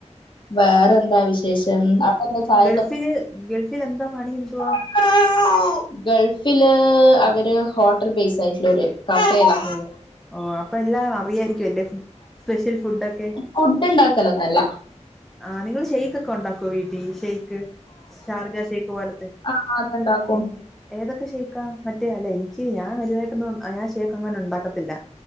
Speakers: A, on the left; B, in the centre.
A: വേറെന്താ വിശ് വിഷം അപ്പ എന്താ ചായക്ക്
B: ഗൾഫില് ഗൾഫിൽ എന്താ പണി എന്തുവാ
A: <unintelligible> ഗൾഫില് അവര് ഹോട്ടൽ ബേസ് ആയിട്ടുള്ള ഒരു കഫെലാ.
B: ഓ ഓ അപ്പ എല്ലാം അറിയായിരിക്കുല്ലേ സ്പെഷ്യൽ ഫുഡൊക്കെ?
A: ഫുഡ്‌ ഇണ്ടാക്കലൊന്നല്ല.
B: ആ നിങ്ങള് ഷെയ്ഖ് ഉണ്ടാക്കോ വീട്ടിൽ ഷെയ്ക്ക് ഷാർജ ഷെയ്ക്ക് പോലത്തെ
A: ആ അതുണ്ടാക്കും
B: ഏ? ഏതൊക്കെ ഷെയ്ക്കാ? മറ്റേ അല്ല എനിക്ക് ഞാൻ വലുതായിട്ടൊന്നും ഞാൻ ഷെയ്ക്ക് അങ്ങനെ ഇണ്ടാക്കത്തില്ല.